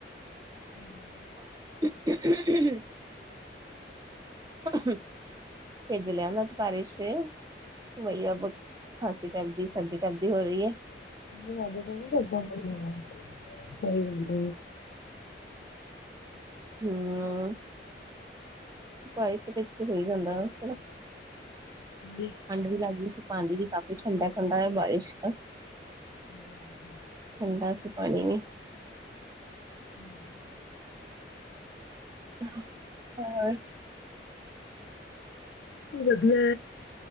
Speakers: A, on the left; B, on the right.
A: <inaudible>
B: <unintelligible> ਪੀਜ਼ ਲਿਆਂ <unintelligible> ਬਾਰਸ਼ 'ਚ। ਵਈਆ ਬਹੁ ਖਾਂਸੀ ਟਪਦੀ, ਸਰਦੀ ਟਪਦੀ ਹੋ ਰਈ ਏ।
A: <unintelligible>
B: ਹਅਅ। <unintelligible> ਹੈਨਾ।
A: ਨਹੀਂ
B: ਠੰਡ ਵੀ ਲੱਗਦੀ ਸੀ, ਪਾਣੀ ਵੀ ਕਾਫੀ ਠੰਡਾ-ਠੰਡਾ ਏ ਬਾਰਿਸ਼ ਦਾ।
A: <inaudible>
B: ਠੰਡਾ ਸੀ ਪਾਣੀ ਵੀ।
A: ਹਮ।
B: <unintelligible>
A: ਵਧੀਆ।